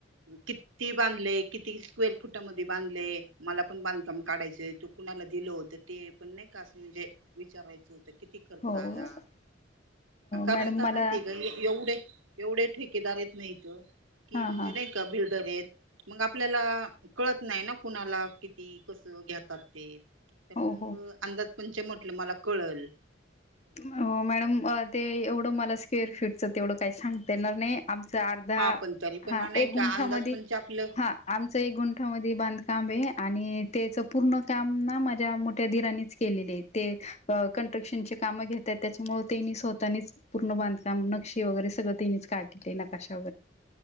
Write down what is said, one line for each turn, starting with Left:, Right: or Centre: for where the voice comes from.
Right: किती बांधलेय किती स्क्वेर फुटामध्ये बांधले मला पण बांधकाम काढायच तो कुणाला दिलं होतं ते पण नाही का असं म्हणजे विचारायचं होत? किती खर्च
Left: हो
Right: आला कारण
Left: मॅडम
Right: काय
Left: मला
Right: माहितीय का एवढे एवढे ठेके दार आहे ना हित की
Left: हां
Right: म्हणजे
Left: हां
Right: नाय का बिल्डर आहेत, मग आपल्याला कळत नाही ना कुणाला किती कसं घेतात ते! पण
Left: हो
Right: मग
Left: हो
Right: अंदाज पणच म्हटलं मला कळल.
Left: हो मॅडम ते एवढं मला स्क्वेर फिटच तेवढं काही सांगते येणार नाही. आमचा अर्धा
Right: हा पण तरी पण
Left: हा
Right: नाही
Left: एक गुंठामध्ये
Right: का अंदाज पंच आपलं
Left: हा आमच एक गुंठामध्ये बांधकाम आहे आणि आणि त्या पूर्ण काम ना माझ्या मोठ्या धीरानीच केले ते क्रक्शनचे काम घेतात त्याच्यामुळेळ तेनी स्वतःनीच पूर्ण बांधकाम नक्षी वगैरे सगळं त्यांनीच काढलेले, नकाशा